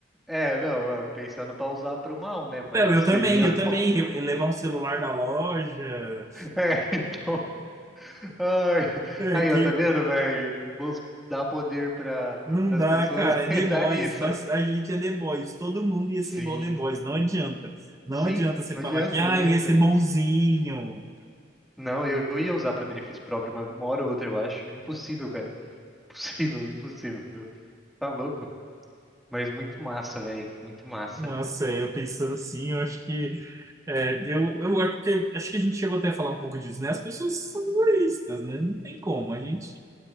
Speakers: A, in the centre; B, on the right (about 15°).
A: É, não, ó, pensando pra usar pro mal, né? Mas
B: Não, eu também,
A: seria.
B: eu
A: <laughs>
B: também. Re- Levar um celular da loja.
A: É, então. Ai,
B: É,
A: aí,
B: que
A: ó, tá vendo, velho? Vamos dar poder pra,
B: Não
A: pras
B: dá,
A: pessoas
B: cara,
A: <laughs>
B: é
A: e
B: The
A: dar
B: Boys.
A: nisso.
B: Nós, a gente é The Boys. Todo mundo ia
A: Sim,
B: ser igual The Boys. Não adianta. Não
A: sim,
B: adianta você
A: não
B: falar
A: adianta,
B: que, ah,
A: não adianta.
B: eu ia ser bonzinho.
A: Não, eu, eu ia usar pra benefício próprio, mas uma hora ou outra, eu acho. É Impossível, cara. <laughs> Impossível, impossível. Tá louco? Mas muito massa, velho. Muito massa.
B: Nossa, eu pensando assim, eu acho que. é, eu, eu acho que acho que a gente chegou até a falar um pouco disso, né? As pessoas são egoístas, né? Não tem como. A gente